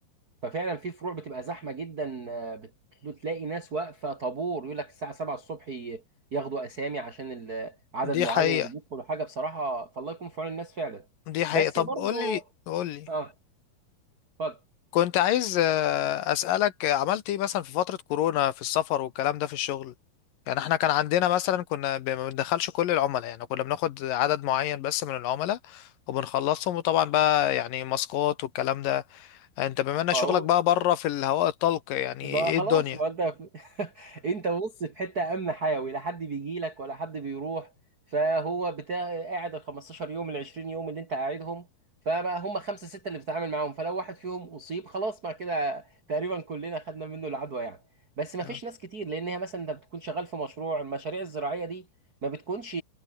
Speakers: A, on the right; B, on the left.
A: ففعلا في فروع بتبقى زحمه جدا آه، بت- بتلاقي ناس واقفه طابور يقول لك الساعه 7 الصبح ي- ياخدوا اسامي عشان ال- عدد
B: دي
A: معين
B: حقيقة
A: اللي بيدخلوا حاجه بصراحه فالله يكون في عون الناس فعلا
B: دي حقيقة
A: بس
B: طب
A: برضو
B: قول لي قول لي
A: اه اتفضل
B: كنت عايز آه، أسألك آه، عملت ايه مثلا في فترة كورونا في السفر والكلام ده في الشغل يعني احنا كان عندنا مثلا كنا ب- ما بندخلش كل العملاء يعني كنا بناخد عدد معين بس من العملاء وبنخلصهم وطبعا بقى يعني ماسكات والكلام ده انت بما ان
A: ما
B: شغلك
A: هو
B: بقى بره في الهواء الطلق يعني
A: بقى
B: ايه
A: خلاص
B: الدنيا
A: ما انت في... <laughs> انت بص في حته امن حيوي لا حد بيجي لك ولا حد بيروح فهو بتاع قاعد ال 15 يوم ال 20 يوم اللي انت قاعدهم فبقى هم خمسه سته اللي بتتعامل معاهم فلو واحد فيهم اصيب خلاص مع كده تقريبا كلنا خدنا منه العدوى يعني بس ما فيش
B: آه.
A: ناس كتير لان هي مثلا انت بتكون شغال في مشروع المشاريع الزراعيه دي ما بتكونش